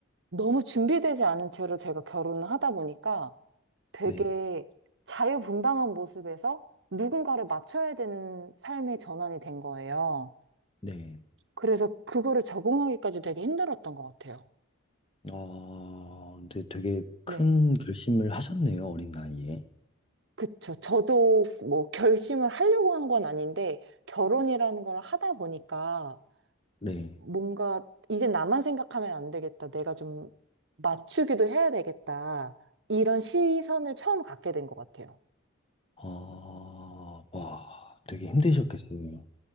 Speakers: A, on the right; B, on the left.
A: 너무 준비되지 않은 채로 제가 결혼을 하다 보니까 되게
B: 네,
A: 자유분방한 모습에서 누군가를 맞춰야 되는 삶의 전환이 된 거예요.
B: 네.
A: 그래서 그거를 적응하기까지 되게 힘들었던 것 같아요.
B: 어, 근데 되게 큰
A: 네.
B: 결심을 하셨네요, 어린 나이에.
A: 그쵸. 저도 뭐 결심을 하려고 한 건 아닌데 결혼이라는 걸 하다 보니까
B: 네,
A: 뭔가 이제 나만 생각하면 안 되겠다. 내가 좀 맞추기도 해야 되겠다. 이런 시선을 처음 갖게 된 것 같아요.
B: 아, 와, 되게 힘드셨겠어요.